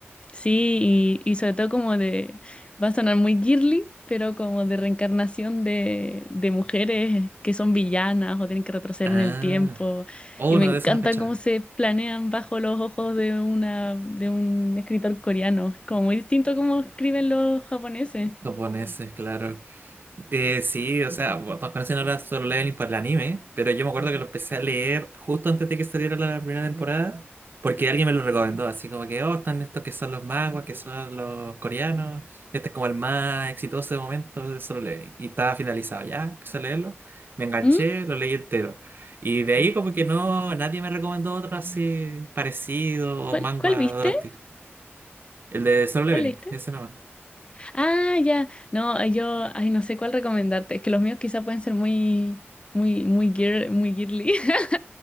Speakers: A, on the left (about 25°); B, on the right (about 50°).
A: Sí, y, y sobre todo como de, va a sonar muy girly, pero como de reencarnación de, de mujeres que son villanas o tienen que retroceder
B: Ah.
A: en el tiempo.
B: Oh,
A: Y me
B: no,
A: encanta
B: de eso no cachaba.
A: cómo se planean bajo los ojos de una, de un escritor coreano. Es como muy distinto a cómo escriben los japoneses.
B: Japoneses, claro. Eh, sí, o sea, bueno, todos conocen ahora Solo Leveling por el anime, pero yo me acuerdo que lo empecé a leer justo antes de que saliera la primera temporada, porque alguien me lo recomendó, así como que, oh, están estos que son los manguas, que son los coreanos, este es como el más exitoso de momento de Solo Leveling, y estaba finalizado ya, empecé a leerlo, me enganché,
A: ¿Mm?
B: lo leí entero, y de ahí como que no, nadie me recomendó otro así parecido o
A: ¿Cuál,
B: manga
A: cuál viste?
B: drástico, el de Solo Leveling,
A: ¿Cuál leíste?
B: ese nomás.
A: Ah, ya. No, eh, yo, ay, no sé cuál recomendarte. Es que los míos quizá pueden ser muy, muy, muy girl, muy girly. <laughs>